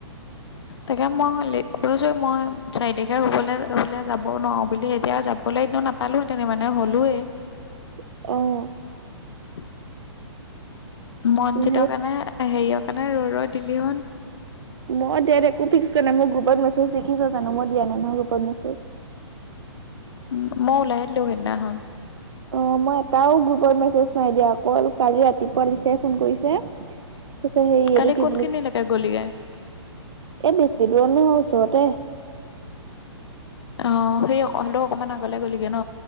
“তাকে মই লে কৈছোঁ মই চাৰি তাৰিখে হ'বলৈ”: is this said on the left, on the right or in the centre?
Left